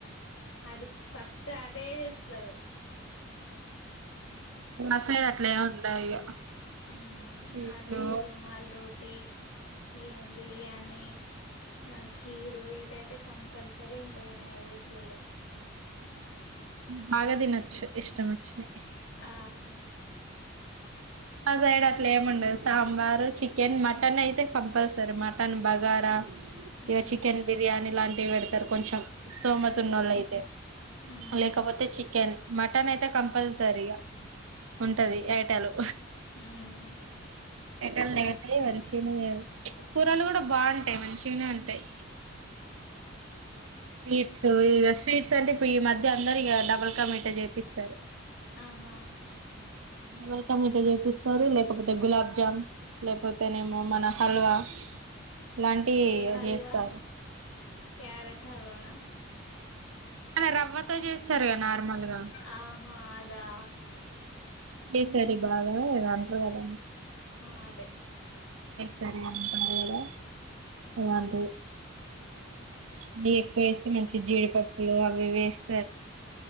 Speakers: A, on the left (about 70°); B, on the right (about 85°).
A: అది ఫస్ట్ అదే చేస్తారు
B: మా సైడ్ అట్లా ఆమ్ ఉండదు ఇగ
A: హమ్
B: స్వీట్లు
A: అదే రుమాల్ రోటీ ఏం బిర్యానీ ఆ కీరు ఇదైతే కంపల్సరీ ఉంటది మ్యారేజెస్లలో
B: బాగదినచ్చు ఇష్ట మొచ్చినట్టు
A: ఆ
B: అ సైడ్ అట్లా ఏమిండదు సాంబార్ చికెన్ మటన్ అయితే కంపల్సరీ మటన్ బగారా ఇకో
A: ఉమ్
B: చికెన్ బిర్యానీ లాంటివి పెడతారు కొంచెం స్థోమత
A: ఉమ్
B: ఉన్న వాళ్ళ అయితే
A: ఉమ్
B: లేకపోతే చి చికెన్ మటన్ అయితే కంపల్సరీ ఇగ ఉంటంది ఐటలు
A: ఉమ్
B: ఎ అ మనిషిన కూరలు కూడా బాగుంటాయి మంచిగానే ఉంటాయి ఉ స్వీట్స్ ఇక స్వీట్స్ అంటే ఇప్పుడు ఈ మధ్య అందరు ఇక డబల్కా మీట చేపిస్తారు
A: ఆహా
B: అవల్క మీ చేపిస్తారు లేకపోతే గులాబ్ జామ్న్ లేకపోతేనేమో మన హల్వా ఇలాంటి
A: ఏ హల్వా
B: చేస్తారు
A: క్యారెట్ హల్వానా
B: అలా రవ్వతో చేస్తారు కదా నార్మల్ గా
A: ఆహా అదా
B: ఏ సర బాగాా అంటారుద
A: ఆ అదే
B: సరంటద
A: ఉమ్
B: అంట బ ఎక్కువ వేసి మంచి జీడిపప్పు అభ వేస్త